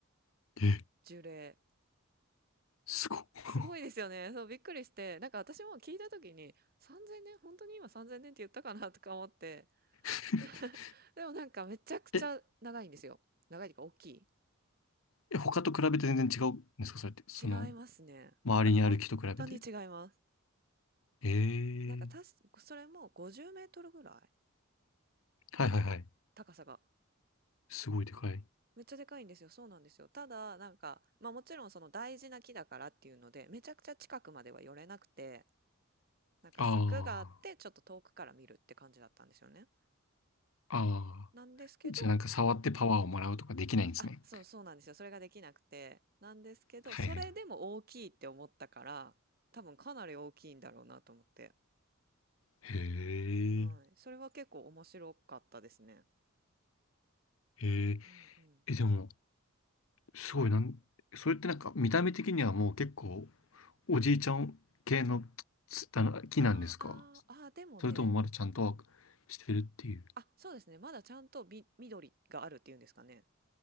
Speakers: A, on the left; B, on the right.
A: え、
B: 樹齢。
A: すごっ。
B: すごいですよね。そう、びっくりして、なんか私も聞いた時に、3000年、本当に今3000年って言ったかなとか思って、
A: <laughs>
B: <laughs> でもなんかめちゃくちゃ長いんですよ。
A: え、
B: 長いというか大きい。
A: え他と比べて全然違うんですかそれって、その、
B: 違いますね。
A: 周りにある木と比べて。
B: いや、本当に違います。
A: え
B: なんかたす、
A: え、
B: それも50メートルぐらい
A: はいはいはい。
B: 高さが。
A: すごいでかい。
B: めっちゃでかいんですよ。そうなんですよ。ただ、なんか、まあもちろんその大事な木だからっていうので、めちゃくちゃ近くまでは寄れなくて、なんか柵があって、
A: あ
B: ちょっと遠くから見るって感じだったんですよね。
A: あ、ああ。
B: なんですけど、
A: じゃあなんか触ってパワーをもらうとかできないんですね。
B: あ、そうそうなんですよ。それができなくて。なんですけど、
A: はいはい。
B: それでも大きいって思ったから、多分かなり大きいんだろうなと思って。
A: へ
B: はい。
A: え、
B: それは結構面白かったですね。
A: へえ、
B: うんうん。
A: え、でも、すごいなん、それってなんか見た目的にはもう結構おじいちゃん系のつあの木なんですか
B: あーあー、あーでもね、
A: それともまだちゃんとはしてるっていう。
B: あ、そうですね。まだちゃんとび緑があるっていうんですかね。